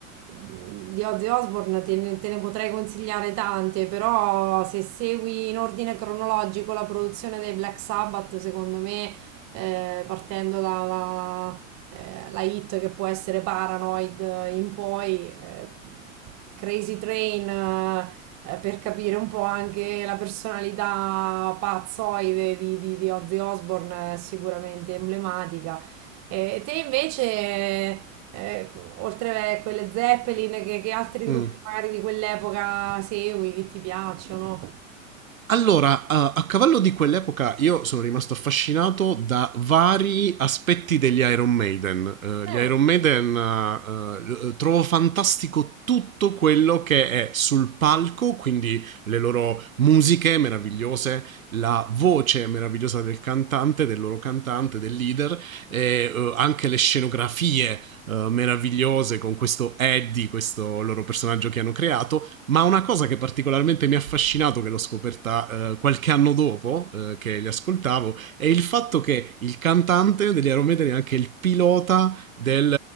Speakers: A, on the right; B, on the right.
A: mm, di Ozzy Osbourne te ne, te ne potrei consigliare tante, però se segui in ordine cronologico la produzione dei Black Sabbath, secondo me, eh, partendo da, eh, la hit che può essere Paranoid eh, in poi, eh, Crazy Train eh, eh, per capire un po' anche la personalità pazzoide di, di, di Ozzy Osbourne, eh, sicuramente emblematica. E eh, te invece, eh, oltre a quelle Zeppelin, che, che altri gruppi
B: Mm.
A: magari di quell'epoca segui, che ti piacciono?
B: Allora, a a cavallo di quell'epoca io sono rimasto affascinato da vari aspetti degli Iron Maiden. Ehm, gli
A: Mm.
B: Iron Maiden, ehm, l trovo fantastico tutto quello che è sul palco, quindi le loro musiche meravigliose, la voce meravigliosa del cantante, del loro cantante, del leader e, uhm, anche le scenografie, ehm, meravigliose con questo Eddie, questo loro personaggio che hanno creato, ma una cosa che particolarmente mi ha affascinato, che l'ho scoperta eh, qualche anno dopo eh, che li ascoltavo, è il fatto che il cantante degli Iron Maiden è anche il pilota del